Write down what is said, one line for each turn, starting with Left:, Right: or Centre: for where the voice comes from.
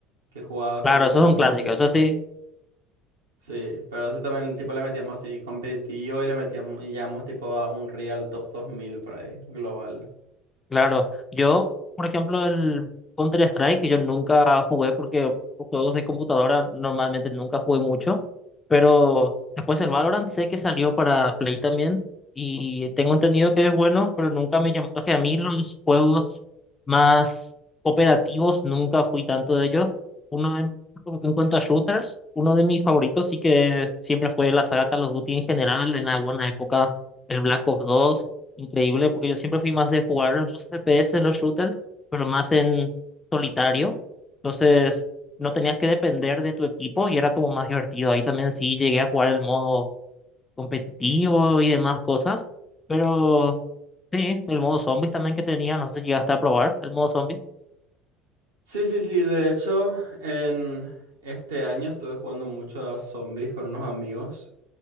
Right: que jugaba
Left: Claro,
Right: con
Left: eso
Right: un
Left: es
Right: amigo
Left: un clásico,
Right: y tipo...
Left: eso sí,
Right: Sí, pero sí también tipo le metíamos así competitivo y le metíamos y llegamos tipo a un Real Top 2000 por ahí, global.
Left: Claro, yo, por ejemplo, el Counter-Strike, yo nunca jugué porque los juegos de computadora normalmente nunca jugué mucho, pero después el Valorant sé que salió para Play también y tengo entendido que es bueno, pero nunca me llamó, es que a mí los juegos más cooperativos nunca fui tanto de ellos. Uno de- en cuanto a shooters, uno de mis favoritos sí que siempre fue la saga Call of Duty en general, en alguna época el Black Ops 2 Increíble, porque yo siempre fui más de jugar los FPS, los shooters, pero más en solitario. Entonces, no tenías que depender de tu equipo y era como más divertido. Ahí también sí llegué a jugar el modo competitivo y demás cosas. Pero sí, el modo zombies también que tenía, no sé si llegaste a probar el modo zombies.
Right: Sí, sí, sí, de hecho, en este año estuve jugando mucho a zombies con unos amigos.